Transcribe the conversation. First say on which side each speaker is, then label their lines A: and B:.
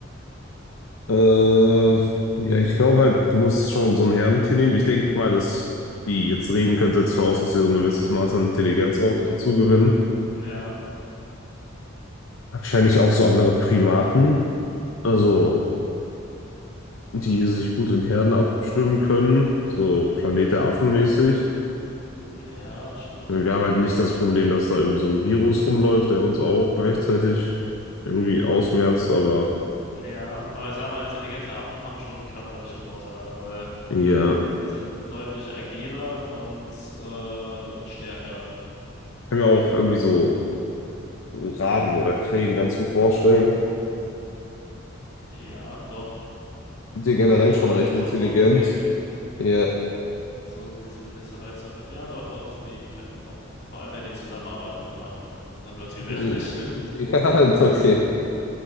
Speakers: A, on the left (about 75°); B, on the left (about 55°).
A: Äh, ja, ich glaube halt, du musst schon so ein Herdentier nehmen. Ich denke mal, dass die jetzt reden können, setzt voraus, dass sie so ein gewisses Maß an Intelligenz auch dazu gewinnen.
B: Ja,
A: Wahrscheinlich auch so andere Primaten, also die sich gut in Herden abstimmen können, so Planet der Affen mäßig.
B: ja, stimmt.
A: Ich meine, Wir haben halt nicht das Problem, dass da irgendwie so ein Virus rumläuft, der uns auch gleichzeitig irgendwie ausmerzt, aber
B: Ja, aber ich sag mal, intelligente Affen haben schon körperliche Vorteile, weil
A: ja,
B: Die sind deutlich agiler und äh, stärker.
A: kann mir auch irgendwie so Raben oder Krähen ganz gut vorstellen.
B: Ja, doch.
A: Sind die generell
B: Kann sich immer
A: schon
B: durch
A: recht
B: den Luftraum
A: intelligent?
B: bewegen.
A: Ja,
B: Ja. So, die sind nicht so leicht zu. Ja, doch, doch, die könnten auch. Vor allem, wenn die zusammenarbeiten mit den Affen. Dann wird's gefährlich.
A: <laughs> ja, ja, okay.
B: <laughs>